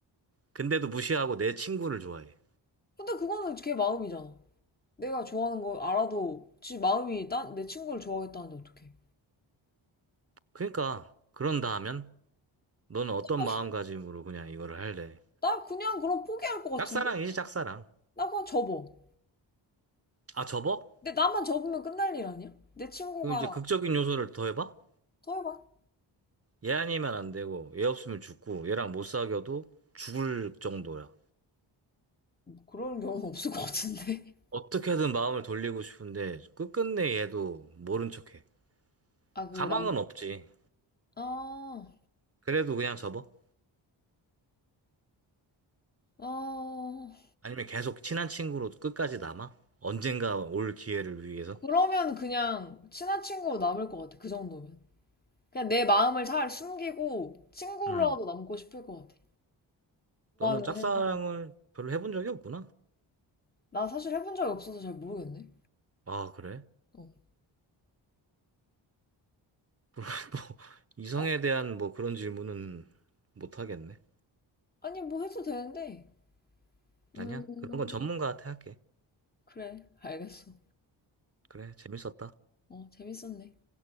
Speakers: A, on the right; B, on the left.
A: 근데도 무시하고 내 친구를 좋아해.
B: 근데 그거는 걔 마음이잖아. 내가 좋아하는 걸 알아도 지 마음이 난 내 친구를 좋아하겠다는데 어떡해.
A: 그러니까 그런다 하면 너는 어떤
B: <laughs>
A: 마음가짐으로 그냥 이거를 할래?
B: 나 그냥 그럼 포기할 것 같은데?
A: 짝사랑이지, 짝사랑.
B: 나 그냥 접어.
A: 아, 접어?
B: 근데 나만 접으면 끝날 일 아니야? 내 친구가
A: 그럼 이제 극적인 요소를 더해봐?
B: 더 해봐.
A: 얘 아니면 안 되고, 얘 없으면 죽고, 얘랑 못 사귀어도 죽을 정도야.
B: 그런 경우는 없을 것 같은데.
A: 어떻게든 마음을 돌리고 싶은데, 끝끝내 얘도 모른 척해.
B: <laughs> 아, 그
A: 가망은
B: 남,
A: 없지.
B: 아,
A: 그래도 그냥 접어?
B: 아,
A: 아니면 계속 친한 친구로 끝까지 남아? 언젠가 올 기회를 위해서?
B: 그러면 그냥 친한 친구로 남을 것 같아. 그 정도면. 그냥 내 마음을 잘 숨기고 친구로라도
A: 응.
B: 남고 싶을 것 같아.
A: 너는
B: 좋아하는
A: 짝사랑을
B: 해설
A: 별로 해본 적이 없구나.
B: 나 사실 해본 적이 없어서 잘 모르겠네.
A: 아, 그래?
B: 어.
A: <laughs> 뭐, 이성에
B: 어?
A: 대한 뭐 그런 질문은 못 하겠네.
B: 아니, 뭐 해도 되는데. 음,
A: 아니야? 그런 건 전문가한테 할게.
B: 그래. 알겠어.
A: 그래, 재밌었다.
B: 어, 재밌었네.